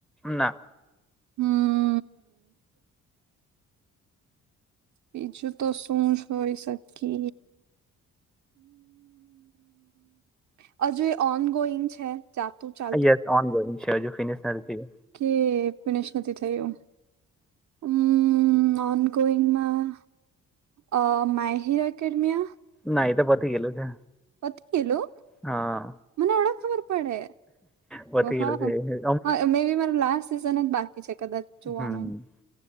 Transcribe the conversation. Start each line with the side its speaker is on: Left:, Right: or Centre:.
Centre: ના.
Right: હમ. બીજું તો શું હોઈ શકે. હ હજુ એ ઓન ગોઈંગ છે. ચાતું ચા.
Centre: યસ ઓન ગોઈંગ છે જો ફિનિશ નથી.
Right: કે પણેશ નથી થયુ. હમ ઓન ઓનગોવિંગમાં. અ મા હિર અકેડમિયા
Centre: ના એ તો પતી ગેયેલુ છે.
Right: હોત ગેલું
Centre: હા
Right: મને ઓવડો ખબર પડે.
Centre: પતી ગેયેલુ
Right: હા
Centre: છે એ.
Right: હા મે બી મારે લાસ્ટ સિઝન જ બાકી છે કદાચ જોવાનો.
Centre: હમ